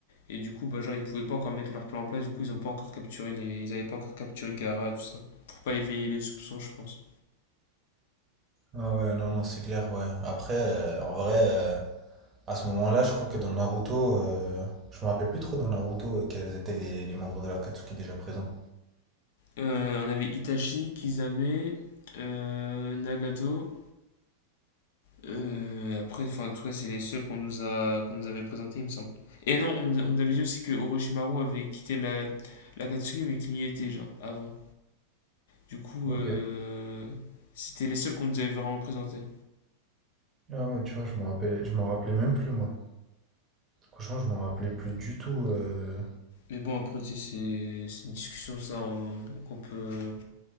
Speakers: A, on the left; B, on the right.
A: Et du coup, bah, genre, ils pouvaient pas encore mettre leur plan en place, du coup, ils ont pas encore capturé les... Ils avaient pas encore capturé Gara, tout ça. Pour pas éveiller les soupçons, je pense.
B: Ah ouais, non, non, c'est clair, ouais. Après, euh, en vrai, euh, à ce moment-là, je crois que dans Naruto, euh, je me rappelle plus trop dans Naruto euh, quels étaient les, les membres de la Katsuki déjà présents.
A: Euh, on avait Itachi, Kisame euh, Nagato. euh, après, enfin, en tout cas, c'est les seuls qu'on nous a... qu'on nous avait présentés, il me semble. Et non, on, on avait dit aussi que Orochimaru avait quitté la, la Katsuki, mais qu'il y était, genre, avant. Du coup,
B: Ok.
A: euh, c'était les seuls qu'on nous avait vraiment présentés.
B: Ah ouais, tu vois, je m'en rappelais, je m'en rappelais même plus, moi. Franchement, je m'en rappelais plus du tout. euh,
A: Mais bon, après, c'est c'est une discussion, ça, qu'on peut,